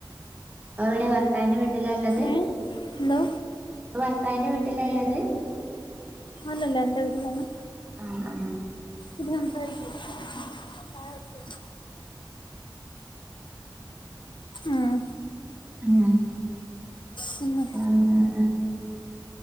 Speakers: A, on the right (about 20°); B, on the left (about 70°).
A: എവിടെ ഭർത്താവിന്റെ വീട്ടിലാ ഉള്ളത്
B: ഏ എന്തോ
A: ഇപ്പം ഭർത്താവിന്റെ വീട്ടിലാ ഉള്ളത്
B: അല്ലല്ലാ എന്റെ വീട്ടിൽത്തന്നെ
A: ആഹ് ആഹ്
B: ഇത് സംസാരിക്ക് ചായകുടിച്ചോ ആഹ്
A: ഉം
B: പിന്നെ
A: ഉം